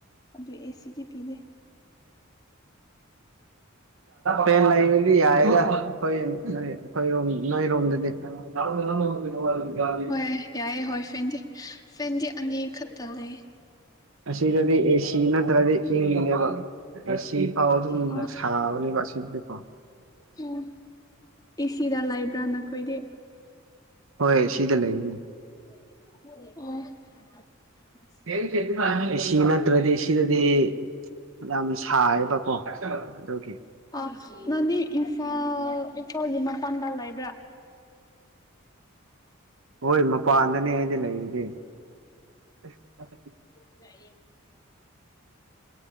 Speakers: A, on the left; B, on the right.
A: ꯑꯗꯨ ꯑꯦꯁꯤꯗꯤ ꯄꯤꯗꯦ
B: ꯐꯦꯟ ꯂꯩꯔꯗꯤ ꯌꯥꯢꯗ ꯍꯣꯏ ꯅꯣꯏ ꯑꯩꯈꯣꯏꯔꯣꯝ ꯅꯣꯏꯔꯣꯝꯗꯗꯤ
A: ꯍꯣꯏ ꯌꯥꯏꯌꯦ ꯍꯣꯏ ꯐꯦꯟꯗꯤ ꯐꯦꯟꯗꯤ ꯑꯅꯤ ꯈꯛꯇ ꯂꯩꯌꯦ
B: ꯑꯁꯤꯗꯗꯤ ꯑꯦꯁꯤ ꯅꯠꯇ꯭ꯔꯗꯤ ꯢꯡꯗꯦꯕ ꯑꯦꯁꯤ ꯐꯥꯑꯣ ꯑꯗꯨꯝ
A: ꯑꯣ
B: ꯁꯥꯕꯅꯦꯕꯥ ꯁꯤꯗꯥꯗꯤꯀꯣ
A: ꯑꯣ ꯑꯦꯁꯤꯗ ꯂꯩꯕ꯭ꯔꯥ ꯅꯈꯣꯏꯗꯤ
B: ꯍꯣꯏ ꯑꯦꯁꯤꯗ ꯂꯩꯅꯤ
A: ꯑꯣ
B: ꯑꯦꯁꯤ ꯅꯠꯇ꯭ꯔꯗꯤ ꯁꯤꯗꯗꯤ ꯌꯥꯝ ꯁꯥꯏ ꯀꯣ ꯑꯗꯨꯒꯤ
A: ꯑ ꯅꯪꯗꯤ ꯏꯝꯐꯥꯜ ꯏꯐꯥꯜꯒꯤ ꯃꯄꯥꯟꯗ ꯂꯩꯕ꯭ꯔꯥ
B: ꯍꯣꯏ ꯃꯄꯥꯟꯗꯅꯦ ꯑꯩꯅ ꯂꯩꯔꯤꯁꯦ <inaudible>
A: ꯄꯨꯛ ꯆꯥꯛꯌꯦ